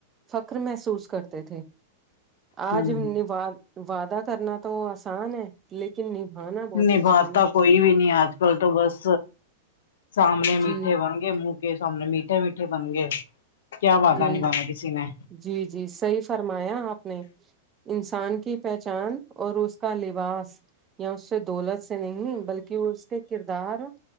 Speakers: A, on the right; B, on the left.
A: فخر محسوس کرتے تھے
B: ہوں
A: آج نبا وعدہ کرنا تو آسان ہے لیکن نبھانا بہت
B: نبھاتا
A: مشکل ہے
B: کوئی بھی نہیں آج کل تو بس سامنے میٹھے
A: جی
B: بن گئے منک کے سامنے میٹھے میٹھے بن گئے کیا وعدہ
A: جی
B: نبانا کسی نے
A: جی جی صحیح فرمایا آپ نے انسان کی پہچان اور اس کا لباس یا اس سے دولت سے نہیں بلکہ وہ اس کے کردار